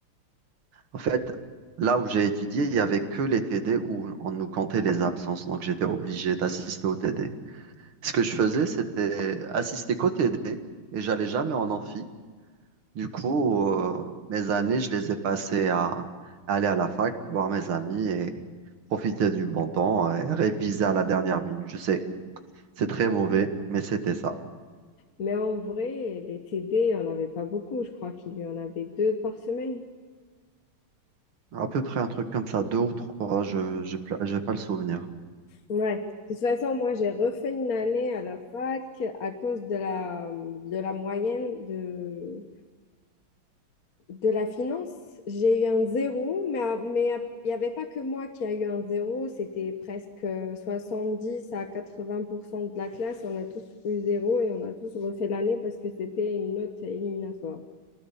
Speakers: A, on the right; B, on the left.
A: En fait, là où j'ai étudié, il n'y avait que les TD où on nous comptait les absences. Donc, j'étais obligé d'assister aux TD. Ce que je faisais, c'était assister qu'aux TD et j'allais jamais en amphi. Du coup, euh, mes années, je les ai passées à, à aller à la fac, voir mes amis et profiter du bon temps et réviser à la dernière minute. Je sais, c'est très mauvais, mais c'était ça.
B: Mais en vrai, les TD, il n'y en avait pas beaucoup. Je crois qu'il y en avait deux par semaine.
A: À peu près un truc comme ça, deux ou trois, je n'ai pas le souvenir.
B: Ouais. De toute façon, moi, j'ai refait une année à la fac à cause de la, de la moyenne de, de la finance. J'ai eu un zéro, mais, à- mais à- il n'y avait pas que moi qui a eu un zéro. C'était presque euh, 70 à 80% de la classe. On a tous eu zéro et on a tous refait l'année parce que c'était une note éliminatoire.